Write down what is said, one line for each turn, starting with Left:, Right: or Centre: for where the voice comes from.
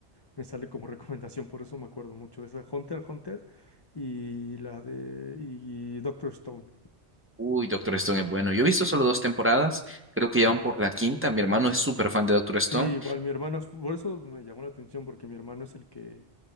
Left: Me sale como <laughs> recomendación, por eso me acuerdo mucho de esa. Hunter, Hunter y la de. Y Doctor Stone.
Right: Uy, Doctor Stone es bueno. Yo he visto solo dos temporadas, creo que ya van por la quinta. Mi hermano es súper fan de Doctor Stone
Left: Sí, igual mi hermano, es- por eso me llamó la atención, porque mi hermano es el que,